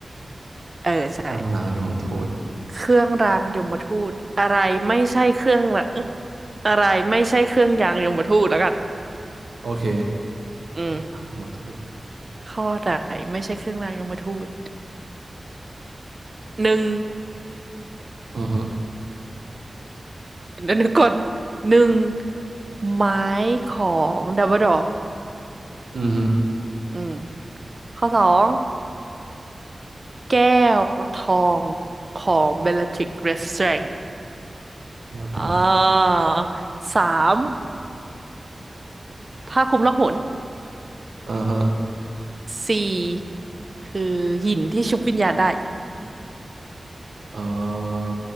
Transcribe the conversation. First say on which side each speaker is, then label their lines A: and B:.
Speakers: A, on the right; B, on the right.
A: เออใช่
B: ตั้งหลังยมทูต
A: เครื่องรางยมทูตอะไรไม่ใช่เครื่องละอะไรไม่ใช่เครื่องยางยมทูตแล้วกัน
B: โอเค
A: อืม
B: หลังยมทูต
A: ข้อไหนไม่ใช่เครื่องรางยมทูตหนึ่ง
B: อือฮึ
A: เดี๋ยวนึกก่อนหนึ่งไม้ของดัมเบิลดอร์
B: อือฮึ
A: อืมข้อสองแก้วทองของเบลล r ทริกเรสแตรง
B: แก้วทอง
A: อ่าสามผ้าคลุมล่องหน
B: อ่าฮะ
A: สี่คือหินที่ชุบวิญญาณได้
B: เอ่อ